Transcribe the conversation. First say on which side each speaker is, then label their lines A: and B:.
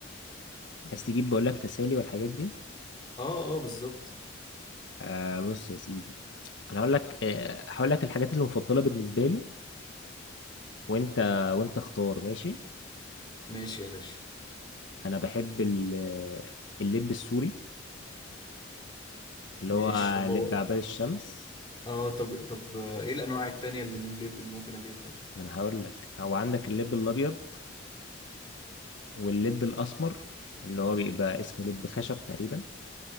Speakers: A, on the left (about 65°); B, on the left (about 25°).
A: عايز تجيب بقول لك تسالي والحاجات دي
B: اه اه بالظبط
A: آه بص يا سيدي انا هقول لك آه، هقول لك الحاجات المفضله بالنسبه لي وانت وانت اختار ماشي
B: ماشي يا باشا
A: انا بحب ال- اللب السوري اللي
B: ماشي
A: هو
B: طب
A: لب
B: هو
A: عباد الشمس
B: اه طب طب آه، ايه الانواع التانية اللي من اللب اللي ممكن اجيبها
A: ما انا هقول لك هو عندك اللب الابيض واللب الاسمر اللي هو بيبقى اسمه لب خشب تقريبا